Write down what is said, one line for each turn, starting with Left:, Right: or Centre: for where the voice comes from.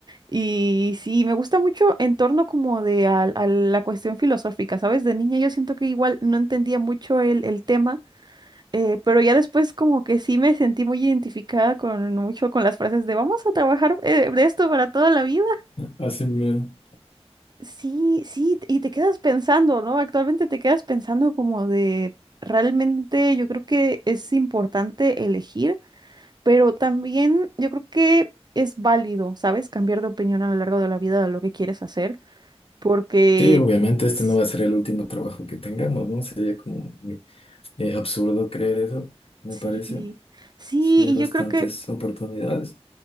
Right: Y sí, me gusta mucho en torno como de a, a la cuestión filosófica, ¿sabes? De niña yo siento que igual no entendía mucho el, el tema, eh, pero ya después como que sí me sentí muy identificada con mucho con las frases de vamos a trabajar eh, de esto para toda la vida.
Left: Así mismo.
Right: Sí, sí, y te quedas pensando, ¿no? Actualmente te quedas pensando como de realmente yo creo que es importante elegir, pero también yo creo que es válido, ¿sabes? Cambiar de opinión a lo largo de la vida de lo que quieres hacer porque
Left: Sí, obviamente este
Right: s-
Left: no va a ser el último trabajo que tengamos, ¿no? Sería como eh, absurdo creer eso, me
Right: sí,
Left: parece.
Right: sí,
Left: Sí, hay
Right: y
Left: bastantes
Right: yo creo que
Left: oportunidades.